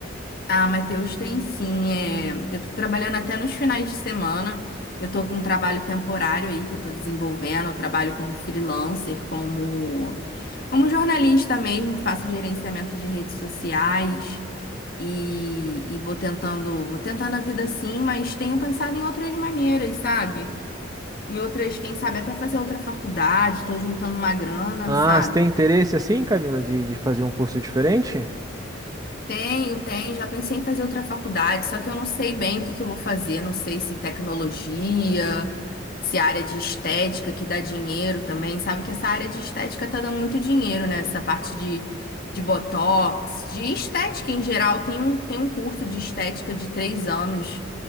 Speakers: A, on the left; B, on the right.
A: Ah, Matheus, tem sim. é, Eu tô trabalhando até nos finais de semana. Eu tô com um trabalho temporário aí que eu tô desenvolvendo. Eu trabalho como freelancer, como, como jornalista mesmo, faço gerenciamento de redes sociais e, e vou tentando, vou tentando a vida assim, mas tenho pensado em outras maneiras, sabe? Em outras, quem sabe até fazer outra faculdade, tô juntando uma grana,
B: Ah,
A: sabe?
B: você tem interesse assim, Camila, de, de fazer um curso diferente?
A: Tenho, tenho. Já pensei em fazer outra faculdade, só que eu não sei bem o que que eu vou fazer. Não sei se tecnologia, se área de estética que dá dinheiro também. Sabe que essa área de estética tá dando muito dinheiro, né? Essa parte de, de botox, de estética em geral. Tem um, tem um curso de estética de três anos.